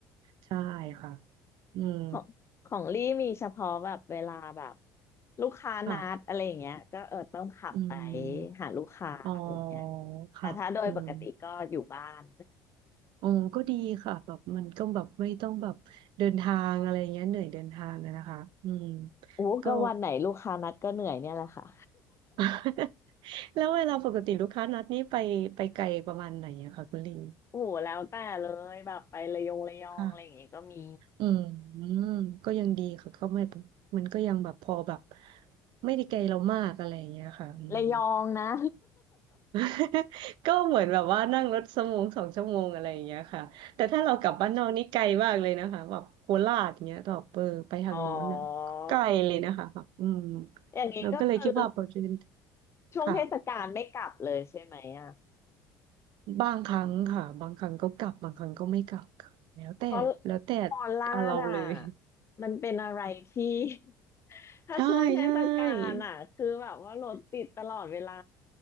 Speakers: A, on the right; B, on the left.
A: ใช่ค่ะอืม
B: ของของลี่มีเฉพาะแบบเวลาแบบลูกค้านัดอะไรอย่างเงี้ยก็เออต้องขับไป
A: ค่ะอืม
B: หาลูกค้าอะไรอย่างเงี้ย
A: อ๋อค่ะอืม
B: แต่ถ้าโดยปกติก็อยู่บ้าน
A: อ๋อก็ดีค่ะแบบมันก็แบบไม่ต้องแบบเดินทางอะไรเงี้ยเหนื่อยเดินทางอะนะคะอืม
B: <laughs> โอ้ก็วันไหนลูกค้านัดก็เหนื่อยเนี่ยแหละค่ะ
A: ก็ <laughs> แล้วเวลาปกติลูกค้านัดนี้ไปไปไกลประมาณไหนอะคะคุณลิง
B: โอ้โหแล้วแต่เลยแบบไประยองระยองอะไรอย่างงี้ก็มี
A: ค่ะ อืมมก็ยังดีค่ะก็ไม่มันก็ยังแบบพอแบบไม่ได้ไกลเรามากอะไรอย่างเงี้ยค่ะอืม
B: ระยองนะ
A: <laughs> ก็เหมือนแบบว่านั่งรถสมงสองชั่วโมงอะไรอย่างเงี้ยค่ะแต่ถ้าเรากลับบ้านนอกนี่ไกลมากเลยนะคะแบบโคราชเงี้ยต่อเปอร์ไปทางโน้นอ่ะก็ไกลเลยนะคะแบบอืม
B: <laughs> อ๋ออย่างนี้ก็คือ
A: เราก็เลยคิดว่าพอเรี
B: ช่วงเทศกาลไม่กลับเลยใช่ไหมอ่ะ
A: ค่ะบางครั้งค่ะบางครั้งก็กลับบางครั้งก็ไม่กลับค่ะแล้วแต่แล้วแต่
B: เพราะมอลลาดอ่ะ
A: เอาเราเลย
B: มันเป็นอะไรที่ <laughs>
A: <laughs>
B: ถ้าช่วงเทศกาลอ่ะคือแบบว่ารถติดตลอดเวลา
A: ใช่ใช่